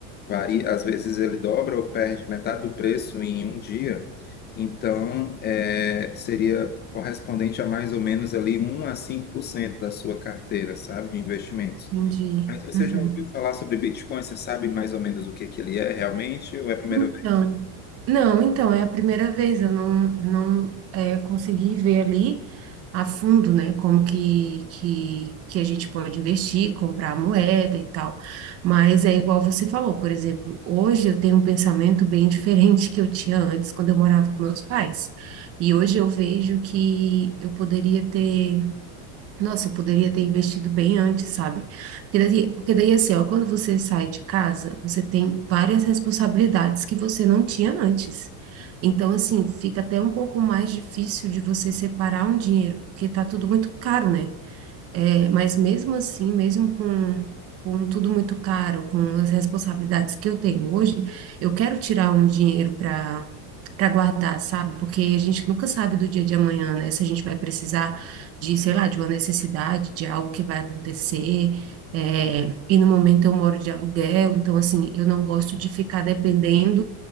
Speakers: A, on the left; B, on the right.
A: varia, às vezes ele dobra ou perde metade do preço em um dia. Então, é, seria correspondente a mais ou menos ali um a 5% da sua carteira, sabe, de investimentos.
B: entendi.
A: Mas você
B: Uhum.
A: já ouviu falar sobre Bitcoin? Você sabe mais ou menos o que que ele é realmente ou é a primeira
B: Então,
A: vez?
B: não, então é a primeira vez eu não, não é, consegui ver ali a fundo, né, como que, que, que a gente pode investir, comprar moeda e tal. Mas é igual você falou, por exemplo, hoje eu tenho um pensamento bem <laughs> diferente que eu tinha antes, quando eu morava com meus pais. E hoje eu vejo que eu poderia ter. Nossa, eu poderia ter investido bem antes, sabe? Porque daí, porque daí, assim, ó, quando você sai de casa, você tem várias responsabilidades que você não tinha antes. Então, assim, fica até um pouco mais difícil de você separar um dinheiro, porque tá tudo muito caro, né? É, mas mesmo assim, mesmo com, com tudo muito caro, com as responsabilidades que eu tenho hoje, eu quero tirar um dinheiro para para guardar, sabe? Porque a gente nunca sabe do dia de amanhã, né? Se a gente vai precisar de, sei lá, de uma necessidade, de algo que vai acontecer. É, e no momento eu moro de aluguel, então assim, eu não gosto de ficar dependendo